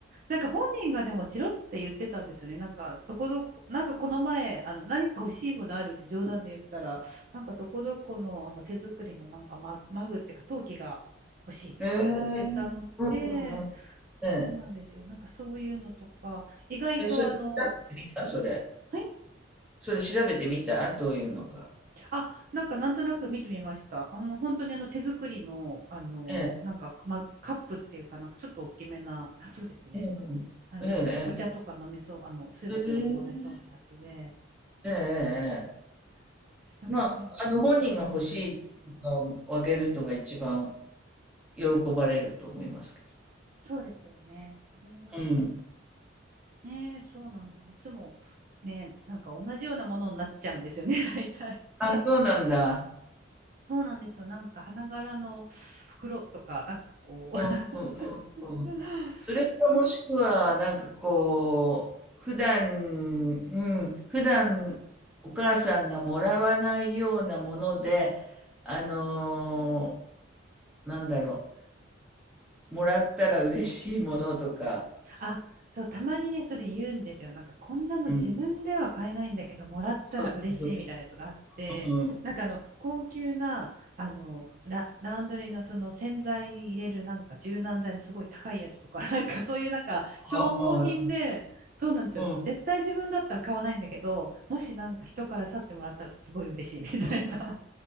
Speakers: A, on the right (about 45°); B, in the centre.
A: なんか本人がでもチロって言ってたんですよね。なんか、どこどこ、なんかこの前、あの、何か欲しいものあるって冗談で言ったら、なんかどこどこの、あの手作りのなんかマ、マグっていうか陶器が欲しいとか言ってたので、
B: へえ。うんうんうん。え
A: そうなんですよ。なんかそういうのとか、意外とあの、
B: え。え、それ調べてみたそれ。
A: はい
B: それ調べてみたどういうのか。
A: あ、なんかなんとなく見てみました。あの、本当にあの手作りの、あの、
B: ええ。
A: なんか、ま、カップっていうかなんかちょっと大きめな、あそうですね。
B: うんうん。
A: あの、
B: ええ
A: お茶とか飲めそう、あの、スープとかも飲めそうなやつで、
B: ええ。へえ。ええええええ。
A: なんかそれ、
B: まあ、あの、本人が欲しいのをあげるのが一番喜ばれると思いますけど。
A: そうですよね。それを、
B: うん。
A: ね、そうなんですよ。いつも、ね、なんか同じようなものになっちゃうんですよね、<laughs> 大体。
B: あ、そうなんだ。
A: そうなんですよ。なんか花柄の袋とか、なんかこう
B: うんうんうんうん。
A: <laughs>
B: それかもしくは、なんかこう、普段、うん、普段お母さんがもらわないようなもので、あのーなんだろう、もらったら嬉しいものとか。
A: あ、そう、たまにね、それ言うんですよ。なんか、こんなの自分では買えないんだけど、
B: うん。
A: もらったら嬉しいみたいなやつがあって、
B: そうそうそう。うん。
A: なんかあの、高級な、あの、ラ、ラウンドリーのその洗剤に入れるなんか柔軟剤のすごい高いやつとか、<laughs> なんかそういうなんか消耗品で、
B: ああ、
A: そうなんですよ。
B: うん。
A: 絶対自分だったら買わないんだけど、もしなんか人から去ってもらったらすごい嬉しいみたいな。